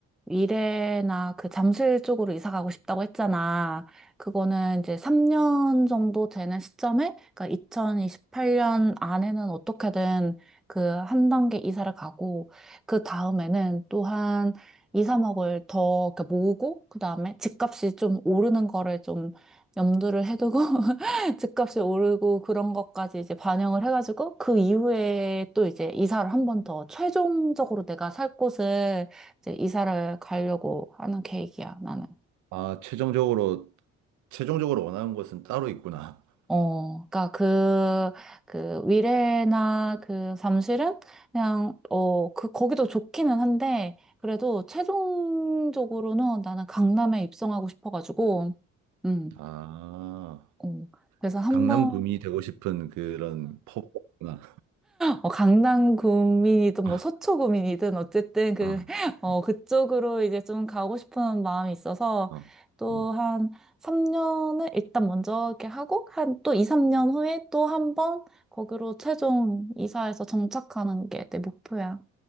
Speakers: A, in the centre; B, on the right (about 80°).
A: 미래나 그 잠실 쪽으로 이사 가고 싶다고 했잖아. 그거는 이제 3년 정도 되는 시점에, 그러니까 2028년 안에는 어떻게든 그 한 단계 이사를 가고, 그 다음에는 또한 2, 3억을 더 이렇게 모으고, 그 다음에 집값이 좀 오르는 거를 좀 염두를 해두고, 집값이 오르고 그런 것까지 이제 반영을 해가지고 그 이후에 또 이제 이사를 한번 더 최종적으로 내가 살 곳을 이제 이사를 가려고 하는 계획이야, 나는.
B: 아, 최종적으로, 최종적으로 원하는 것은 따로 있구나.
A: 어, 그러니까 그, 그 위례나 그 잠실은 그냥 어, 그 거기도 좋기는 한데 그래도 최종적으로는 나는 강남에 입성하고 싶어가지고 음,
B: 아,
A: 어, 그래서 한번
B: 강남구미 되고 싶은 그런 포부구나.
A: 어, 강남 구민이든
B: <laughs> 아,
A: 뭐 서초 구민이든 어쨌든 그,
B: 아,
A: <laughs> 어,
B: 아.
A: 그쪽으로 이제 좀 가고 싶은 마음이 있어서
B: 아, 아,
A: 또
B: 아.
A: 한 3년을 일단 먼저 이렇게 하고 한 또 2, 3년 후에 또 한번 거기로 최종 이사해서 정착하는 게 내 목표야.